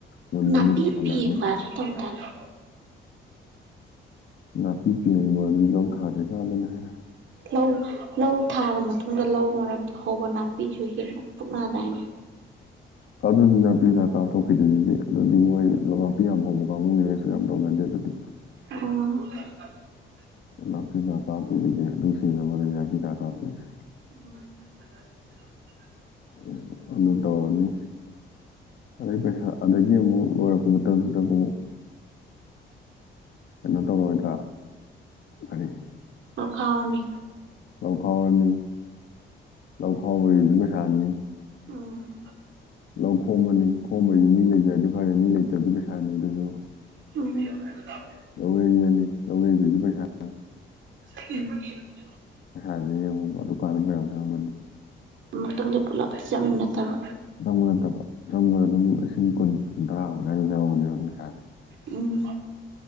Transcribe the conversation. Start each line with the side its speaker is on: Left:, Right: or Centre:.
Left: ꯃꯨꯜꯂꯅꯤ
Right: ꯅꯥꯄꯤ
Left: ꯄꯥꯜꯂꯛꯑꯅꯤ
Right: ꯄꯦꯡꯕ ꯍꯥꯏꯁꯦ <unintelligible>
Left: ꯅꯥꯄꯤ ꯄꯦꯡꯕꯗꯨꯗꯤ ꯂꯧ ꯊꯥꯗ꯭ꯔꯤ ꯀꯥꯟꯗꯅꯤꯍꯦ
Right: ꯂꯧ ꯂꯧ ꯊꯥꯔ ꯃꯇꯨꯡꯗ ꯂꯧ ꯃꯔꯛꯇ ꯍꯧꯕ ꯅꯥꯄꯤꯁꯨ ꯐꯨꯛꯅꯗꯥꯏꯅꯦ
Left: ꯑꯗꯨꯗꯤ ꯅꯥꯄꯤ ꯍꯤꯗꯥꯛ ꯀꯥꯞꯊꯣꯛꯈꯤꯗꯣꯏꯖꯤꯗꯤ ꯑꯗꯨꯗꯤ ꯃꯣꯏ ꯂꯧ ꯅꯥꯞꯄꯤ ꯌꯥꯝ ꯍꯧꯕ ꯀꯥꯡꯕꯨꯒꯤꯗꯁꯨ ꯌꯥꯝ ꯇꯧꯅꯗꯦ ꯑꯗꯨꯗꯤ
Right: ꯑꯣ
Left: ꯅꯥꯄꯤ ꯍꯤꯗꯥꯛ ꯀꯥꯞꯄꯤꯗꯨꯗꯤ ꯑꯗꯨꯝ ꯁꯤꯅꯕꯅꯤ ꯅꯥꯄꯤ ꯍꯤꯗꯥꯛ ꯀꯥꯞꯇꯣꯏꯁꯤ
Right: ꯑꯣ <unintelligible>
Left: <unintelligible> ꯑꯗꯨ ꯇꯧꯔꯅꯤ ꯑꯗꯩ ꯄꯩꯁꯥ ꯑꯗꯒꯤ ꯑꯃꯨꯛ ꯂꯣꯏꯔꯛꯄ ꯃꯇꯝꯁꯤꯗ ꯑꯃꯨꯛ ꯀꯩꯅꯣ ꯇꯧꯔꯣꯏꯗ꯭ꯔꯥ ꯀꯔꯤ
Right: ꯑꯥꯈꯥꯝꯃꯦ
Left: ꯂꯧ ꯈꯥꯎꯔꯅꯤ ꯂꯧ ꯈꯥꯎꯕꯒꯤꯁꯨ ꯄꯩꯁꯥꯅꯤ
Right: ꯎꯝ
Left: ꯂꯧ ꯈꯣꯝꯃꯅꯤ ꯈꯣꯝꯕꯩꯁꯨ ꯃꯤ ꯂꯩꯖꯔꯗꯤ ꯐꯔꯦ ꯃꯤ ꯂꯩꯇ꯭ꯔꯗꯤ ꯄꯩꯁꯥꯅꯤ ꯑꯗꯨꯁꯨ
Right: ꯇꯨꯝꯃꯤ <unintelligible>
Left: ꯂꯧꯌꯩꯕꯅꯤ ꯂꯧꯌꯩꯕꯩꯁꯨ ꯄꯩꯁꯥ ꯆꯪꯉꯤ
Right: <unintelligible>
Left: ꯁꯥꯗꯨꯏꯅꯦꯕꯀꯣ ꯑꯗꯨꯀꯥꯟꯗ ꯃꯌꯥꯝ <unintelligible> <unintelligible>
Right: ꯃꯇꯨꯡꯗ ꯄꯨꯂꯞꯇꯤ ꯆꯪꯕ ꯅꯠꯇꯕ
Left: ꯕ ꯅꯠꯇꯕ ꯆꯪꯕꯗ ꯑꯗꯨꯝ ꯂꯤꯁꯤꯡ ꯀꯨꯟ ꯀꯨꯟꯊ꯭ꯔꯥ ꯃꯨꯛ ꯑꯗꯥꯢꯟ ꯌꯧꯕꯅꯦꯕ ꯑꯗꯨꯝ ꯄꯩꯁꯥꯁꯦ
Right: ꯎꯝ